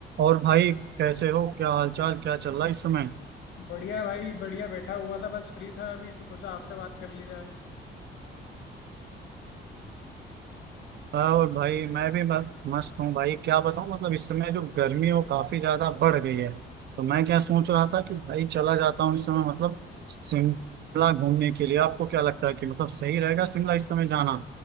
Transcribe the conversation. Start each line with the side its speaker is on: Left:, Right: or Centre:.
Right: और भाई कैसे हो क्या हालचाल क्या चल रहा है इस समय
Left: बढ़िया भाई बढ़िया बैठा हुआ था बस फ्री था अभी तो सोचा आपसे बात कर ली जाए
Right: हाँ, और भाई मैं भी म- मस्त हूँ भाई क्या बताऊँ मतलब इस समय जो गर्मी है वो काफी ज्यादा बढ़ गई है तो मैं क्या सोच रहा था कि भाई चला जाता हूँ इस समय मतलब शिमला घूमने के लिए आपको क्या लगता है कि मतलब सही रहेगा शिमला इस समय जाना